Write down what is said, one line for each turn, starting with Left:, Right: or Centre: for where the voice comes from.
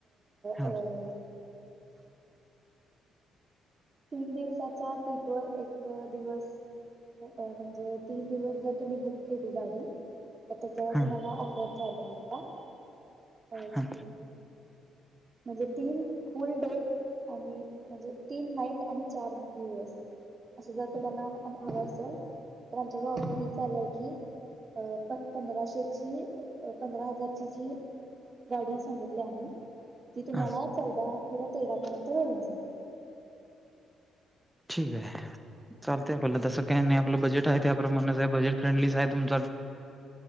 Centre: हा
Right: अं तीनं दिवसांच्या ट्रिप वरं एक दिवसं म्हणजे तीनं दिवसं जरं तुम्हीं बुक केली गांडी तरं त्यांच्यावर
Centre: हा
Right: तुम्हांला ऑफर झालं आंता तरं
Centre: हा
Right: कि म्हणजे तीनं फुलं डे आणि म्हणजे तीनं नाईट आणि चार दिवसं असं जरं तुम्हांला हवं असेल तरं आमच्यांकडे ऑफर ही चालुं आहे की प पंधराशेची पंधरा हजांरची जी गांडी सांगितली आम्हीं ती तुम्हांला
Centre: हा
Right: चौदा किंवा तेरां पर्यंत मिळूंन जाईल
Centre: ठीक आहे चालतं आपल्यालां तसं कांहीं नाहीं आपलं बजेट ताई त्यां प्रमाणे बजेट फ्रेंडली आहे तुमचां